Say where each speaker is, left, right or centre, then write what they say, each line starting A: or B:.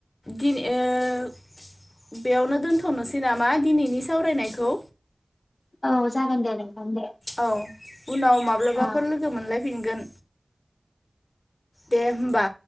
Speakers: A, on the left; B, on the left.
A: दिनै ओ बेयावनो दोनथ'नोसै नामा दिनैनि सावरायनायखौ
B: औ जागोन दे नोंथां दे
A: औ उनाव माब्लाबाफोर
B: औ
A: लोगो मोनलाय फिनगोन दे होमबा